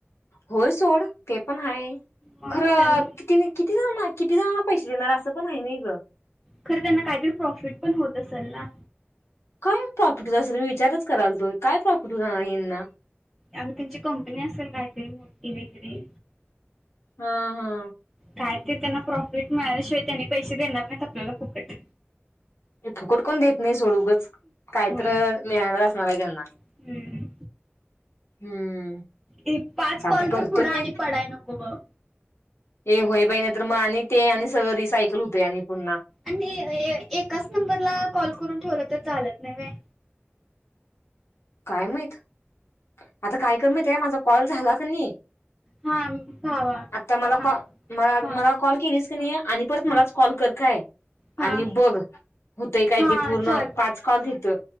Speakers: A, on the left; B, in the centre.
A: होय सोड. ते पण हाय
B: मग
A: खरं
B: त्यां
A: तेनी किती? किती जण माहित किती जणांना पैसे देणार असं पण हाय नाही गं!
B: खरं त्यांना काहीतरी प्रॉफिट पण होत असल ना.
A: काय प्रॉफिट होत असेल मी विचारच कराल तो, काय प्रॉफिट होणार ह्यांना.
B: अग त्यांची कंपनी असेल कायतरी मोठी वगेरे
A: हा हा.
B: काय तरी त्यांना प्रॉफिट मिळाल्याशिवाय त्यांनी पैसे देणार नाहीत आपल्याला फुकट
A: फुकट कोण देत नाही सोड उगच कायतर
B: होय
A: मिळाल असणार हाय त्यांना?
B: हम्म.
A: हम्म.
B: ये पाच
A: चालतंय
B: कॉलच्या
A: करतो
B: पुढं
A: की
B: आणि पडाय नको ब.
A: ए होय बाई नाही तर मग आणि ते आणि सगळ रिसायकल होतय आणि पुन्हा
B: आणि एकाच नंबरला कॉल करून ठेवलं तर चालत नाय व्हय.
A: काय मायत? आता काय कमीत आहे. माझा कॉल झाला. <unintelligible>
B: हा भावा
A: आता मला
B: हा
A: कॉ मला,
B: हा
A: मला कॉल केलीच क नही आणि परत मलाच
B: हा
A: कॉल कर, काय
B: हा
A: आणि बघ हूतय काय
B: हा
A: ते पूर्ण
B: चाल
A: पाच कॉल दिलत.